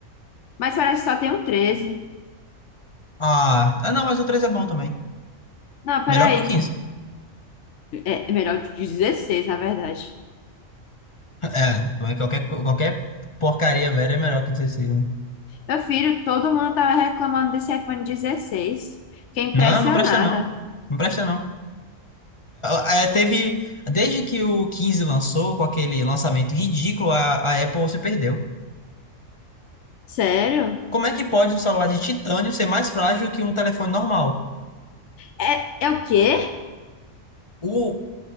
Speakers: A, on the left; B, on the left.
A: Mas parece que só tem um 13.
B: Ah, ah, não, mas o 3 é bom também.
A: Não, peraí.
B: Melhor que o quinze. <laughs>
A: É é melhor de 16, na verdade.
B: É, mas qualquer, qualquer porcaria velha é melhor que o dezesseis. né?
A: Meu filho, todo mundo tava reclamando desse iPhone 16. Fiquei impressionada.
B: Não, não presta não. Não presta não. É, é, teve, desde que o 15 lançou, com aquele lançamento ridículo, a, a Apple se perdeu.
A: Sério?
B: Como é que pode um celular de titânio ser mais frágil que um telefone normal?
A: É, é o quê?
B: O,